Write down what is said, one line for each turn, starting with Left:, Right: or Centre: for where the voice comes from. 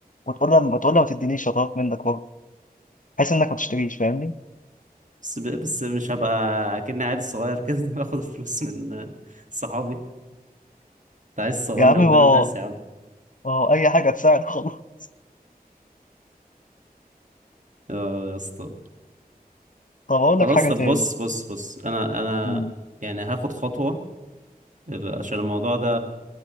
Left: وتقول له وتقول له ما تدينيش شطات منك برضه بحيث انك ما تشتريش فاهمني
Right: بس بس مش هبقى كأني عيل صغير كده <laughs> باخد الفلوس من صحابي انت عايز تصغرني
Left: يا عمي
Right: قدام
Left: ما هو
Right: الناس يا عم
Left: ما هو اي حاجه تساعد خلاص <laughs>
Right: اه يا اسطى
Left: طب اقول
Right: خلاص
Left: لك حاجه
Right: طب
Left: تاني
Right: بص بص بص انا انا
Left: مم.
Right: يعني هاخد خطوة ال- عشان الموضوع ده